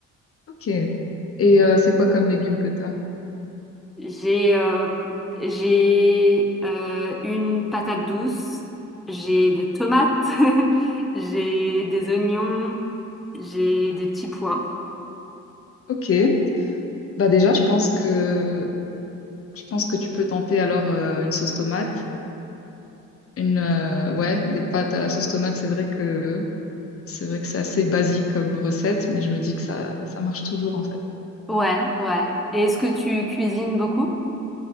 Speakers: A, on the left; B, in the centre.
A: Ok. Et euh, c'est quoi comme légumes que tu as?
B: J'ai euh, j'ai euh, une patate douce, j'ai des tomates, <laughs> j'ai des oignons, j'ai des petits pois.
A: Ok. Bah déjà, je pense que je pense que tu peux tenter alors euh, une sauce tomate, une euh, ouais, des pâtes à la sauce tomate, c'est vrai que c'est vrai que c'est assez basique comme recette, mais je me dis que ça ça marche toujours en fait.
B: Ouais, ouais. Et est-ce que tu cuisines beaucoup?